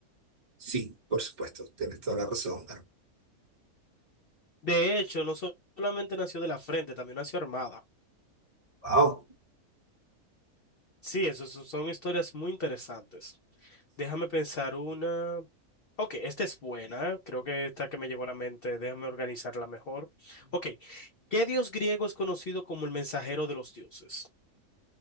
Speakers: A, on the right; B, on the left.
A: sí, por supuesto, tienes toda la razón.
B: De hecho, no so- solamente nació de la frente, también nació armada.
A: Wow.
B: Sí, eso, eso son historias muy interesantes. Déjame pensar una. Ok, esta es buena. Creo que esta que me llegó a la mente. Déjame organizarla mejor. Ok, ¿qué dios griego es conocido como el mensajero de los dioses?